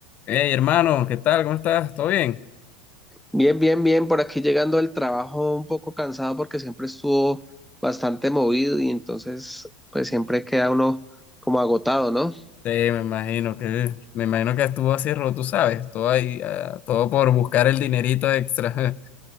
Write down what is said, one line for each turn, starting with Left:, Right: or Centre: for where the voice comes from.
Left: Hey, hermano, ¿qué tal? ¿Cómo estás? ¿Todo bien?
Centre: Bien, bien, bien, por aquí llegando al trabajo un poco cansado porque siempre estuvo bastante movido y entonces pues siempre queda uno como agotado, ¿no?
Left: Sí, me imagino que me imagino que estuvo así, ro- tú sabes, todo ahí, ah, todo por buscar el dinerito extra. <laughs>